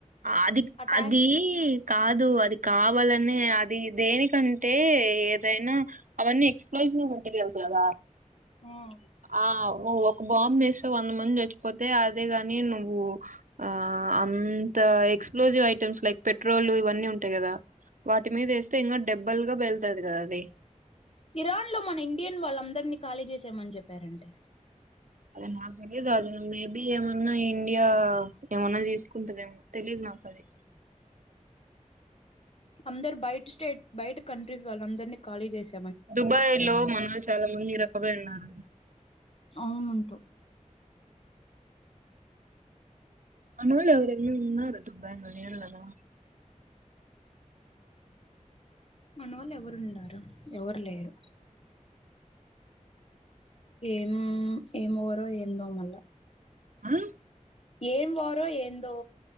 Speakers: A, on the right; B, on the left.
A: అది
B: ఆ ట్యాంక్
A: అది కాదు అది కావాలని అది దేనికంటే ఏదైనా అవన్నీ ఎక్స్ప్లోజీవ్ మెంటీరియల్స్ కదా
B: మ్మ్
A: ఆ ఒక బాంబ్ వేస్తే వంద మంది చచ్చిపోతే అదే గాని నువ్వు ఆ అం త ఎక్స్ప్లోజివ్ ఐటమ్స్ లైక్ పెట్రోల్ ఇవన్నీ ఉంటాయి కదా వాటి మీద వేస్తే ఇంకా డెబ్బల్ గా పెళ్తది కదా అది
B: ఇరాన్ లో మన ఇండియన్ వాళ్ళందరినీ ఖాళీ చేసామని చెప్పారంటే
A: అదే నా తెలియదు అది ది ఏమన్నా ఇండియా ఏమన్నా తీసుకుంటదేమో తెలీయదు నాకు అది
B: అందర్బ బయట స్టేట్ బయట కంట్రీస్ వాళ్ళ అందరినీ ఖాళీ చేసి
A: దుబాయ్ లో మనవాళ్ళు చాలా మంది ఇరక్కబోయి ఉన్నారు
B: అవునంట
A: మన వోల్లే రెవరన్న ఉన్నారటు బ్యాంగ్ లో లేరు గదా
B: మన వాళ్ళు ఎవరున్నారు ఎవ్వరు లేరు ఏం ఏమవరో ఏందో మళ్ళా
A: ఆ
B: ఏం వారో ఏందో